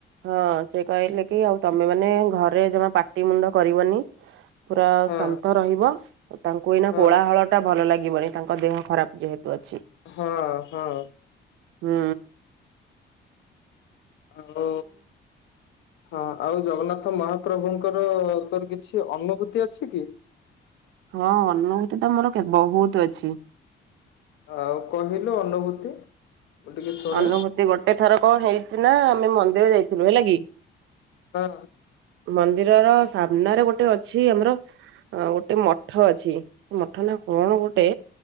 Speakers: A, on the right (about 80°); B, on the left (about 65°).
A: ହଁ ସେ କହିଲେ କି ଆଉ ତମେ ମାନେ ଘରେ ଜମା ପାଟି ମୁଣ୍ଡ କରିବନି ପୁରା
B: ହଁ
A: ଶାନ୍ତ ରହିବ ତାଙ୍କୁ ଏଇନା
B: ହଁ
A: କୋଳାହଳ ଟା ଭଲ ଲାଗିବନି ତାଙ୍କ ଦେହ ଖରାପ ଯେହେତୁ ଅଛି।
B: ହଁ ହଁ।
A: ହୁଁ।
B: ଆଉ ହଁ ଆଉ ଜଗନ୍ନାଥ ମହାପ୍ରଭୁଙ୍କର ତୋର କିଛି ଅନୁଭୂତି ଅଛି କି?
A: ହଁ ଅନୁଭୂତ ତ ମୋର କେ ବହୁତ ଅଛି।
B: ଆଉ କହିଲୁ ଅନୁଭୂତି। ମୁଁ ଟିକେ ଶୁଣେ
A: ଅନୁଭୂତି ଗୋଟେ ଥର କଣ ହେଇଛି ନା ଆମେ ମନ୍ଦିର ଯାଇଥିଲୁ ହେଲା କି
B: ବା
A: ମନ୍ଦିରର ସାମ୍ନାରେ ଗୋଟେ ଅଛି ଆମର ଆଉ ଗୋଟେ ମଠ ଅଛି ସେ ମଠ ନା କଣ ଗୋଟେ